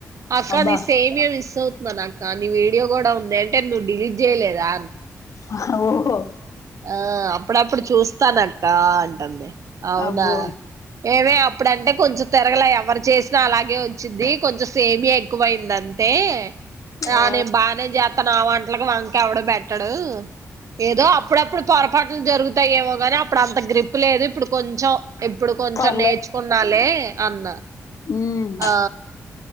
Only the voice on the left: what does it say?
అబ్బా
ఆ ఓ హొ
అబ్బో
ఆ
పర్లే
హ్మ్